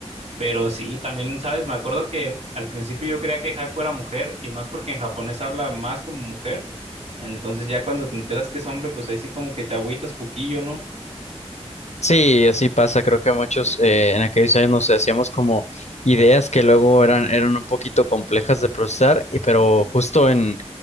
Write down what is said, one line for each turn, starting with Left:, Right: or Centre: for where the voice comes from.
Right: Pero sí, también, ¿sabes? Me acuerdo que al principio yo creía que Haku era mujer y más porque en japonés habla más como mujer. Entonces ya cuando te enteras que es hombre, pues ahí sí como que te agüitas poquillo, ¿no?
Left: Sí, así pasa. Creo que muchos eh, en aquellos años nos hacíamos como ideas que luego eran, eran un poquito complejas de procesar, y- pero justo en,